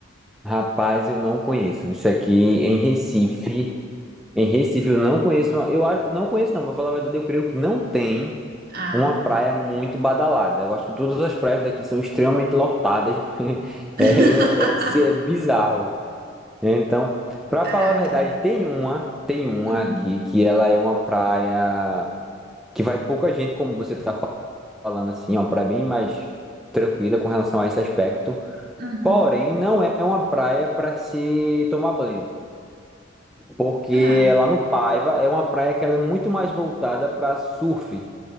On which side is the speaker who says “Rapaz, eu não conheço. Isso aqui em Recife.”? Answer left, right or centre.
Centre